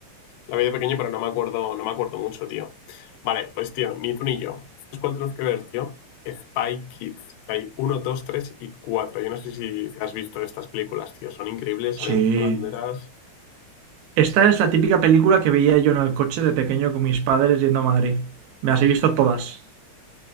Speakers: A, on the left (about 85°); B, on the right (about 80°).
A: la vi de pequeño, pero no me acuerdo, no me acuerdo mucho, tío. Vale, pues tío, ni tú ni yo. ¿Sabes cuál tenemos que ver, tío? Spy Kids, que hay uno, dos, tres y cuatro. Yo no sé si has visto estas películas, tío. Son increíbles, salen
B: Sí.
A: tres banderas.
B: Esta es la típica película que veía yo en el coche de pequeño con mis padres yendo a Madrid. Me las he visto todas.